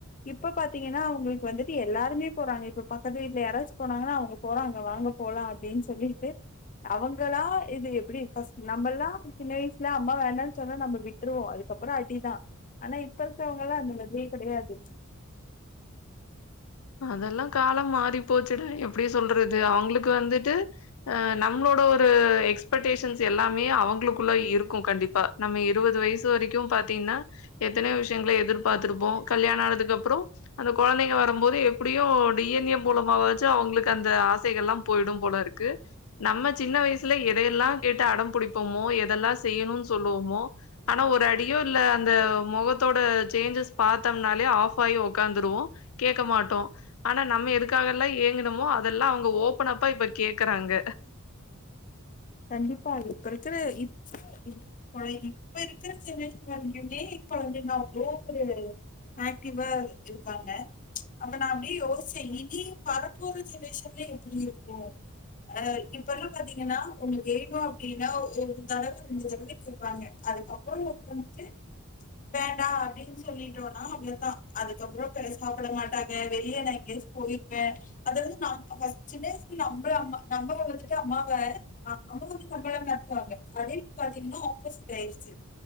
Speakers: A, on the left; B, on the left.
A: இப்ப பாத்தீங்கன்னா அவங்களுக்கு வந்துட்டு எல்லாருமே போறாங்க இப்ப பக்கத்து வீட்ல யாரச்சு போனாங்கன்னா அவங்க போறாங்க வாங்க போலாம் அப்டின்னு சொல்லிட்டு அவங்களா இது எப்டி் ஃபஸ் நம்மல்லா சின்ன வயசுல அம்மா வேண்டான்னு சொன்னா நம்ம விட்டுருவோ அதுக்கப்றம் அடிதான் ஆனா இப்ப இருக்கிறவங்காலாம் அந்த மாரியே கெடையாது
B: அதெல்லா காலம் மாறி போச்சுட எப்டி சொல்றது அவங்களுக்கு வந்துட்டு அ நம்ளோட ஒரு எக்ஸ்பெக்டேஷன்ஸ் எல்லாமே அவங்களுக்குள்ள இருக்கும் கண்டிப்பா நம்ம இருபது வயசு வரைக்கும் பாத்தீங்கன்னா எத்தனயோ விஷயங்கல எதிர் பார்த்திருப்போ கல்யாண ஆனதுக்கு அப்றம் அந்த கொழந்தைங்க வரும் போது எப்டியோ டி என் ஏ மூலமாவாச்சு அவங்களுக்கு அந்த ஆசைகள் எல்லா போயிடும் போல இருக்கு நம்ம சின்ன வயசுல எதயெல்லாம் கேட்டு அடம் பிடிப்போமோ எதெல்லாம் செய்யணும்னு சொல்லுவோமோ ஆனா ஒரு அடியோ இல்ல அந்த முகத்தோட சேஞ்சஸ் பாத்தம்னாலே ஆஃப் ஆகி உக்காந்துருவோ கேக்க மாட்டோ ஆனா நம்ம எதுக்காகல்லா ஏங்கினுமோ அதெல்லா அவங்க ஓப்பனப்பா இப்ப கேக்குறாங்க
A: கண்டிப்பா பிரச்சனை இப்போ இருக் <unintelligible> இப்ப இருக்கிற ஜெனரேஷன் <unintelligible> இப்ப வந்து என்னாகு ஓவரு ஆக்டிவா இருக்காங்க அப்ப நா அப்டியே யோசேன் இனி வரப்போற ஜென்ரேஷன்ல எப்டி இருக்கு அ இப்ப எல்லா பாத்தீங்கன்னா ஒன்னு வேணு அப்டின்னா ஒரு தடவ ரெண்டு தடவ கேப்பாங்க அதுக்கப்புறோ வந்துட்டு வேண்டா அப்டின்னு சொல்லிட்டோனா அவ்ளோதா அதுக்கப்புறோ சாப்பிட மாட்டாங்க வெளியன நா எங்காயாச்சு போயிருவே அதாவது நம் <unintelligible> நம்மள அம்மா நம்மள விட்டுட்டு அம்மாவா ஆ அப்ப வந்து நம்பள மெரட்டுவாங்க அத இப்ப பாத்தீங்கன்னா ஆப்போசிட்டாயிருச்சு